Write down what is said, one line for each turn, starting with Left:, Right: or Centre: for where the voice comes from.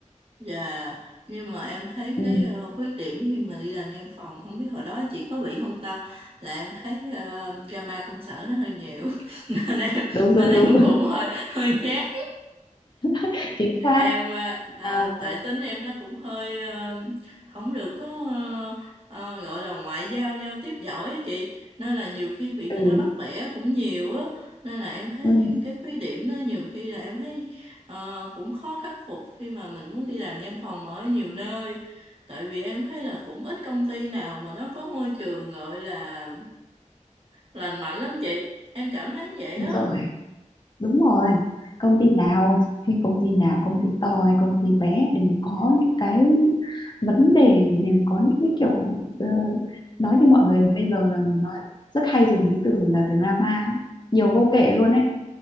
Right: dạ nhưng mà em thấy
Left: ừ.
Right: cái ờ, khuyết điểm khi mà đi làm văn phòng không biết hồi đó chị có bị không ta là em thấy ờ, drama công sở nó hơi nhiều <laughs> nên em
Left: đúng
Right: nên
Left: đúng
Right: em
Left: đúng
Right: cũng hơi hơi ghét
Left: <laughs> chính xác
Right: em à, à,
Left: à,
Right: tại tính em nó cũng hơi ờ, không được có ờ, ờ, gọi là ngoại giao giao tiếp giỏi á chị nên là nhiều khi bị
Left: ừ,
Right: người ta bắt bẻ cũng nhiều á nên là em thấy
Left: ừ
Right: cái khuyết điểm đó nhiều khi là em thấy ờ, cũng khó khắc phục khi mà mình muốn đi làm văn phòng ở nhiều nơi tại vì em thấy là cũng ít công ty nào mà nó có môi trường gọi là lành mạnh lắm chị em cảm thấy vậy
Left: đúng
Right: á
Left: rồi đúng rồi công ty nào thì công ty nào công ty to hay công ty bé đều có những cái vấn đề đều có những cái kiểu ờ, nói như mọi người bây giờ là nói rất hay dùng cái từ là drama ấy. nhiều vô kể luôn ấy